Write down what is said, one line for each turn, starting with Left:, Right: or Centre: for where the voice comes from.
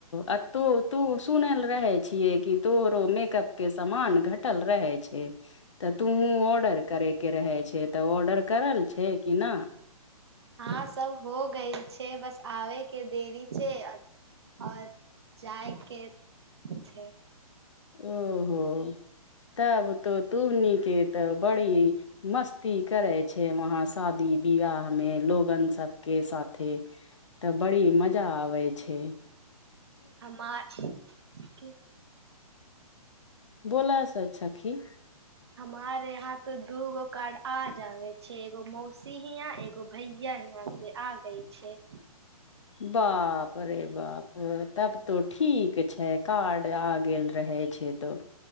Left: आ तू तू सुनल रहै छिय कि तोरो मेकअप के समान घटल रहै छैय। तऽ तूहु ऑर्डर करेके रहे छैय तऽ ऑर्डर करल छैय कि ना?
Right: हँ सब हो गई छैय बस आबेके देरी छैय। आओर जाइके छैय।
Left: ओहो तब तो तूबनी के तऽ बड़ी मस्ती करै छैय वहाँ शादी बियाह मे लोगन सब के साथे तऽ बड़ी मजा आबे छैय।
Right: हमार <unintelligible>
Left: बोलस छखी।
Right: हमार यहाँ तो दूगो कार्ड आ जावे छैय एगो मौसी हींया एगो भैया हींया से। आ गै छैय।
Left: बाप रे बाप तब तो ठीक छैय कार्ड आ गेल रहै छैय तऽ